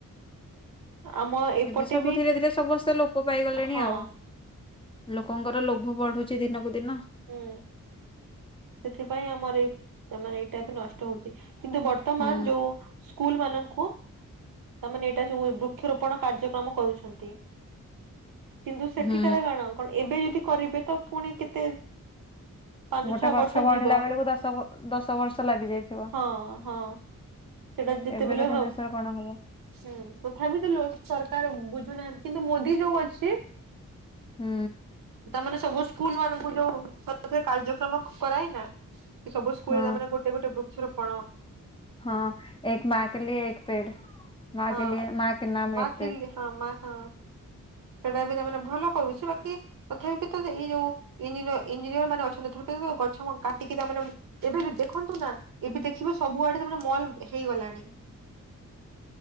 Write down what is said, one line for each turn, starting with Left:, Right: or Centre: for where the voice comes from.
Right: ଆମ ଏପଟେ
Left: ଏବେ ସବୁ
Right: ବି
Left: ଧୀରେ ଧୀରେ ସମସ୍ତେ ଲୋପ୍ ପାଇ ଗଲେଣି
Right: ହଁ
Left: ଆଉ। ଲୋକଙ୍କର ଲୋଭ ବଢୁଛି ଦିନକୁ ଦିନ।
Right: ହୁଁ ସେଥିପାଇଁ ଆମର ଏଇ ମାନେ ଏଇଟା ଏବେ ନଷ୍ଟ ହଉଛି କିନ୍ତୁ ବର୍ତ ବର୍ତମାନ
Left: ହୁଁ
Right: ଯଉ ସ୍କୁଲ ମାନଙ୍କୁ ତାମାନେ ଏଇଟା ଯୋଉ ବୃକ୍ଷରୋପଣ କାର୍ଯ୍ୟକ୍ରମ କରୁଛନ୍ତି। କିନ୍ତୁ ସେଠିକାର
Left: ହୁଁ
Right: କଣ କଣ ଏବେ ଯଦି କରିବେ ତ ପୁଣି କେତେ ପାଞ୍ଚ
Left: ଗୋଟେ
Right: ଛଅ
Left: ଗଛ
Right: ବର୍ଷ
Left: ବଢିଲା
Right: ଯିବ
Left: ବେଳକୁ ଦଶ ଦଶ ବର୍ଷ ଲାଗି ଯାଇଥିବ।
Right: ହଁ ହଁ ସେଇଟା ଯେତେବେଳେ
Left: ଏବେ ର ଜେନେରେଶନ
Right: ହଉ
Left: କଣ ହବ।
Right: ହୁଁ ତଥାପି ତ ଲୋ ସରକାର ବୁଝୁନାହାନ୍ତି କିନ୍ତୁ ମୋଦି ଯୋଉ ଅଛି
Left: ହୁଁ।
Right: ତା ମାନେ ସବୁ ସ୍କୁଲ ମାନଙ୍କୁ ଯୋଉ କାର୍ଯ୍ୟକ୍ରମ କରାଇନା ସବୁ ସ୍କୁଲାରେ
Left: ହଁ
Right: ଗୋଟେ ଗୋଟେ ବୃକ୍ଷ ରୋପଣ।
Left: ହଁ ଏକ ମା କେ ଲିଏ ଏକ ପେଡ଼ ମା
Right: ହଁ
Left: କେ ଲିଏ ମା କେ ନାମ
Right: ମା
Left: ଏକ
Right: କିଲି
Left: ପେଡ଼।
Right: ହଁ ମା ହଁ ସେଟା ବି ତାମାନେେ ଭଲ କରୁଛି ବାକି ତଥାପି ତ ଏଇ ଯୋଉ ଇଞ ଇଞ୍ଜିନିୟର ମାନେ ଅଛନ୍ତି ଗଛ କାଟିକି ତାମାନେ ଏବେ ଦେଖନ୍ତୁ ନା ଏବେ ଦେଖିବ ସବୁଆଡେ ତମର ମଲ ହେଇଗଲାଣି।